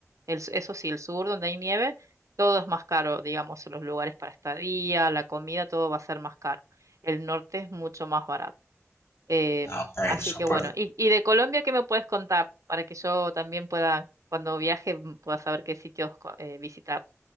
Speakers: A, on the right (about 80°); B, on the left (about 55°).
A: El s- eso sí, el sur donde hay nieve, todo es más caro, digamos, los lugares para estadía, la comida, todo va a ser más caro. El norte es mucho más barato. Em,
B: Ah, ok,
A: así
B: súper.
A: que bueno, y, y de Colombia, ¿qué me puedes contar para que yo también pueda, cuando viaje, m- pueda saber qué sitios co- eh, visitar?